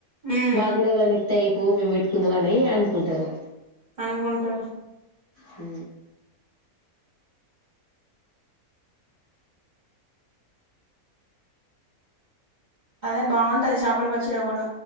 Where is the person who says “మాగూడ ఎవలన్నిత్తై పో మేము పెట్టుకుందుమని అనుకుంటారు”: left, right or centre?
Left